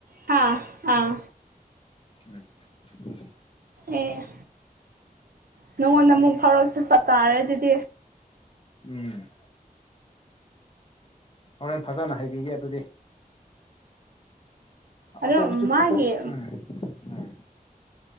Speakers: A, on the right; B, on the left.
A: ꯍꯥ ꯑꯥ
B: ꯎꯝ ꯎꯝ
A: ꯑꯦ ꯅꯪꯉꯣꯟꯗ ꯑꯃꯨꯛ ꯐꯥꯎꯔꯛꯄ ꯇꯥꯔꯦ ꯑꯗꯨꯗꯤ
B: ꯎꯝ ꯍꯣꯔꯦꯟ ꯐꯖꯅ ꯍꯥꯏꯕꯤꯒꯦ ꯑꯗꯨꯗꯤ
A: ꯑꯗꯣ
B: ꯑꯇꯣꯞꯕꯁꯨ
A: ꯃꯥꯒꯤ
B: ꯑꯇꯣꯞ ꯎꯝ ꯎꯝ